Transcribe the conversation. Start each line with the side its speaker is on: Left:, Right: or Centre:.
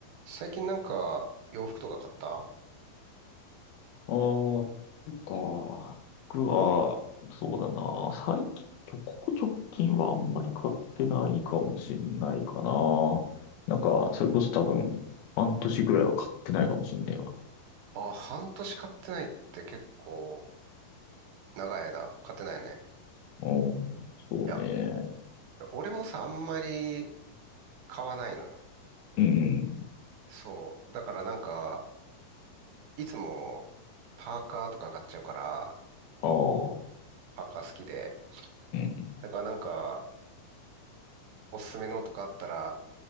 Right: 最近なんか洋服とか買った
Left: ああ、なんか、僕は、そうだな、最近、ここ直近はあんまり買ってないかもしんないかな。なんか、それこそ多分、半年ぐらいは買ってないかもしんねえわ。
Right: あ、半年買ってないって結構長い間買ってないね。
Left: うん、そうね。
Right: いや、俺もさ、あんまり買わないのよ。
Left: うん、
Right: そう。だからなんか、いつもパーカーとか買っちゃうから、
Left: ああ、
Right: パーカー好きで。
Left: うん。
Right: だからなんか、おすすめのとかあったら、